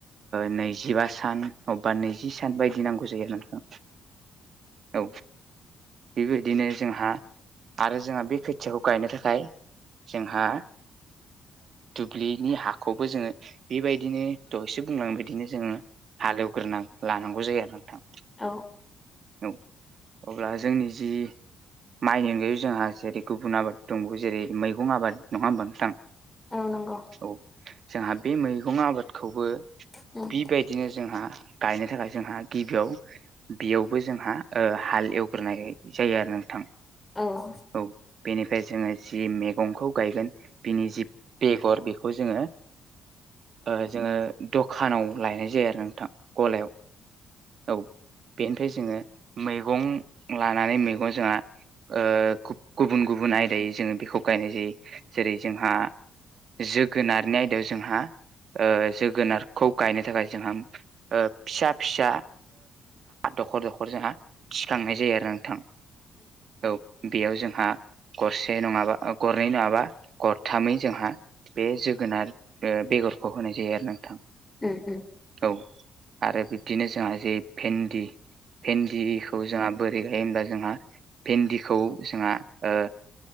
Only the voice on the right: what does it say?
नैजिबा सान अबेबा नैजि सान बायदि नांगौ जायो नोंथां औ बेबायदिनो जोंहा आरो जोंहा बे खोथियाखौ गायनो थाखाय जोंहा दुब्लिनि हाखौबो जोंङो बेबायदिनो दहैसो बुंलांबायदिनो जोंङो हालेवग्रोना लानांगौ जायो आरो नोंथां
औ अब्ला जोंनि जि माइनि अनगायै जोंहा जेरै गुबुन आबाद दंबावो जेरै मैगं आबाद नङा होमबा नोंथां
औ जोंहा बे मैगं आबादखौबो
बेबायदिनो जोंहा गायनो थाखाय जोंहा गिबियाव बेयावबो जोंहा हाल एवग्रोनाय जायो आरो नोंथां।
औ बेनिफ्राय जोंङों जि मैगंखौ गायगोन बिनि जि बेगर बेखौ जोंङो लायनाय जायो आरो नोंथां गलायाव औ बेनिफ्राय जोंङो मैगं लानानै मैगं जोंहा गुबुन गुबुन आयदायै जोंङो बेखौ गायनाय जायो जेरै जोंहा जुग जोगोनारनि आयदायाव जोंहा जोगोनार खौ गायनो थाखाय जोंहा फिसा फिसा दखर दखर जोंहा थिख्रांनाय जायो आरो नोंथां औ बेयाव जोंहा गरसे नंङाबा गरनै नङाबा गरथामै जोंहा बे जोगोनार ओ बेगरखौ होनाय जायो आरो ना नोंथां।
औ आरो बिब्दिनो जोंहा जे भेन्दि भेन्दिखौ जोंहा बोरै गायो होमब्ला जोंहा भिन्दिखौ जोंहा ओ